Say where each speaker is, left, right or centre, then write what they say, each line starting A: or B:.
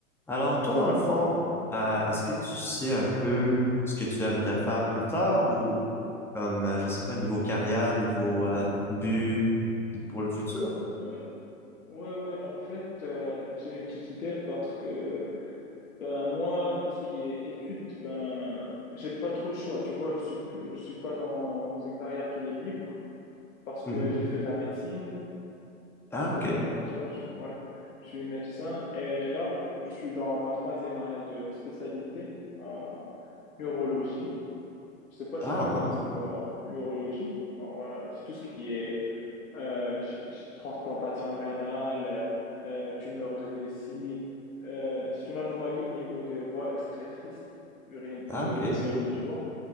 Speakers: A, in the centre; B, on the left.
A: Alors, toi, dans le fond, euh, est-ce que tu sais un peu ce que tu aimerais faire plus tard ou comme, euh, je sais pas, niveau carrière, niveau euh, but pour le futur?
B: Euh, ouais, ouais, en fait, euh, j'ai une petite idée parce que, ben, moi, tout ce qui est études, ben, j'ai pas trop de choix, tu vois, je suis, je suis pas dans une carrière qui est libre parce que
A: Mhm.
B: j'ai fait de la médecine,
A: Ah,
B: donc,
A: ok.
B: euh, en soi, je suis, ouais, je suis médecin et là, je suis dans ma troisième année de spécialité en neurologie. Je sais pas
A: Ah,
B: si tu
A: wow.
B: connais c'est quoi, hein, l'urologie. Alors, euh, c'est tout ce qui est euh, ch- ch- transplantation rénale, euh, euh, tumeur de vessie. Euh, c'est une anomalie au niveau des voies excrétrices urine,
A: Ah,
B: des,
A: ok.
B: des urines, tu vois.